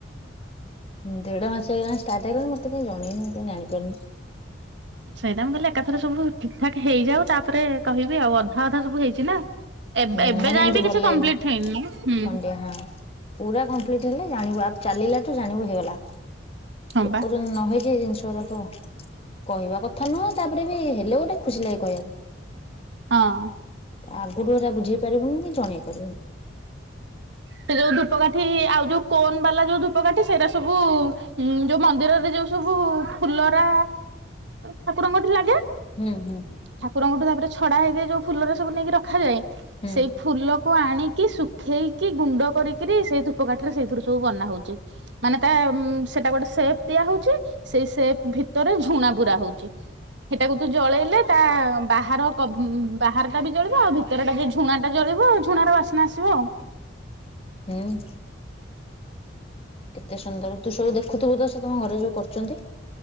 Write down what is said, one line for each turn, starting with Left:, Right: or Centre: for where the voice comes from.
Left: ଦେଢ ମାସ ହେଇଗଲା ଷ୍ଟାର୍ଟ ହେଇଗଲାଣି ମତେ କାହିଁ ଜଣେଇନୁ ମୁଁ କାହିଁ ଜାଣିପାରୁନି।
Right: ସେଇଟା ମୁଁ କହଲି ଏକାଥର ସବୁ ଠିକ୍ ଠାକ ହେଇଯାଉ ତାପରେ କହିବି ଆଉ ଅଧା ଅଧା ସବୁ ହେଇଛି ନା। ଏବେ
Left: ହୁଁ
Right: ଏବେ
Left: ଏରା
Right: ଯାଏଁ
Left: ଏମତି
Right: ବି
Left: ଭଲ
Right: କିଛି
Left: ଲାଗେନି
Right: କମ୍ପ୍ଲିଟ ହେଇନି ହୁଁ
Left: ଖଣ୍ଡିଆ ହଁ ପୁରା କମ୍ପ୍ଲିଟ ହେଲେ ଜାଣିବୁ ଆଉ ଚାଲିଲାଠୁ ଜାଣିବୁ ହେଇଗଲା।
Right: ହଁ
Left: ଏପର୍ଯ୍ୟନ୍ତ
Right: ବା
Left: ନହେଇ ଜି ଜିନିଷ ଗୁଡାକ କହିବା କଥା ନୁହଁ ତାପରେ ବି ହେଲେ ଗୋଟେ ଖୁସି ଲାଗେ କହିବାକୁ।
Right: ହଁ।
Left: ଆଗରୁ ଯ ବୁଝେଇ ପାରିବୁନି କି ଜଣେଇ ପାରିବନି।
Right: ସେ ଯୋଉ ଧୂପକାଠି ଆଉ ଯୋଉ କୋନ ବାଲା ଯୋଉ ଧୂପକାଠି ସେଇରା ସବୁ ଯୋଉ ମନ୍ଦିରରେ ଯୋଉ ସବୁ ଫୁଲରା ଠାକୁରଙ୍କଠି ଲାଗେ।
Left: ହୁଁ ହୁଁ
Right: ଠାକୁରଙ୍କଠୁ ତାପରେ ଛଡା ହେଇଥାଏ ଯୋଉ ଫୁଲର ସବୁ ନେଇକି ରଖାଯାଏ।
Left: ହୁଁ।
Right: ସେଇ ଫୁଲକୁ ଆଣି କି ଶୁଖେଇକି ଗୁଣ୍ଡ କରିକିରି ସେଇ ଧୂପକାଠିରେ ସେଇଥିରୁ ସବୁ ବନା ହଉଚି ମାନେ ତା ସେଟା ଗୋଟେ ସେପ ଦିଆ ହଉଛି। ସେଇ ସେପ ଭିତର ଝୁଣା ପୁରା ହଉଚି ହେଟାକୁ ତୁ ଜଳେଇଲେ ତା ବାହାର କବ୍ ବାହାର ଟା ବି ଜଳିବ ଆଉ ଭିତର ଟାବି ଝୁଣା ଟା ଜଳିବ ଝୁଣାର ବାସ୍ ନା ଆସିବ ଆଉ।
Left: ହୁଁ। କେତେ ସୁନ୍ଦର ତୁ ସବୁ ଦେଖ ଖୁଥିବୁତ ସେ ତମ ଘରେ ଯୋଉ କରୁଚନ୍ତି।